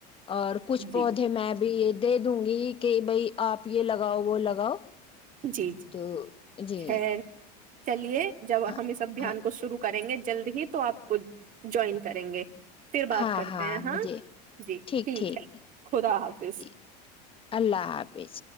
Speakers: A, on the left; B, on the right.
A: اور کچھ
B: جی
A: پودے میں بھی یہ دے د گی کہ بھائی آپ یہ لگاؤ وہ لگاؤ
B: جی جی
A: تو جی
B: خیر چلیے جب
A: ہاں
B: ہم اس سب دھیان
A: ہاں
B: کو شرو کریں گے جلدی ہی تو آپ خ جوائن کریں گے پھر بات
A: ہاں
B: کرتے
A: ہاں
B: ہیں
A: مجھے
B: جی
A: ٹھیک ٹھیک
B: ہے خدا حافظ
A: ج اللہ حافظ